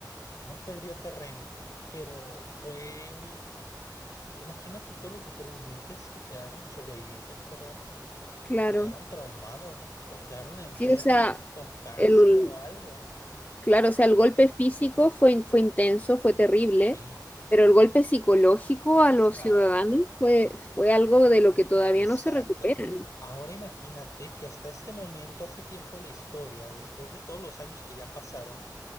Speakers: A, on the left; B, on the left.
A: no perdió terreno pero fue un, Imagínate todos los supervivientes que quedaron, los sobrevivientes, perdón,
B: claro.
A: quedaron traumados o quedaron enfermos
B: Sí, o sea,
A: con cáncer
B: el,
A: o algo.
B: Claro, o sea, el golpe físico fue, fue intenso, fue terrible,
A: Sí,
B: pero el golpe psicológico
A: exacto,
B: a los ciudadanos fue, fue algo de lo que todavía
A: exacto.
B: no se recuperan.
A: Ahora imagínate que hasta este momento, hasta este tiempo de la historia, después de todos los años que ya pasaron,